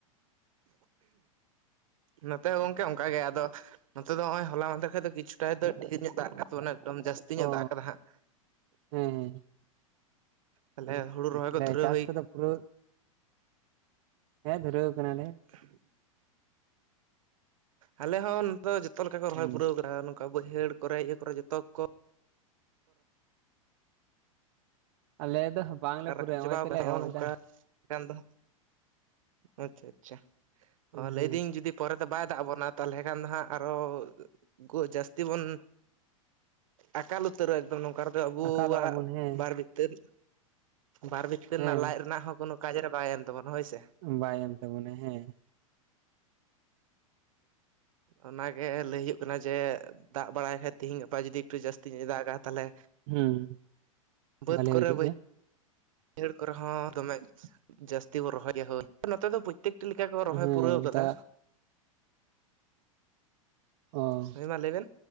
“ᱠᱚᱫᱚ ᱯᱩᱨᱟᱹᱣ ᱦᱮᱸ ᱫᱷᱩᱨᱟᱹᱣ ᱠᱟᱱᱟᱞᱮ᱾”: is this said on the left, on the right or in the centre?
Right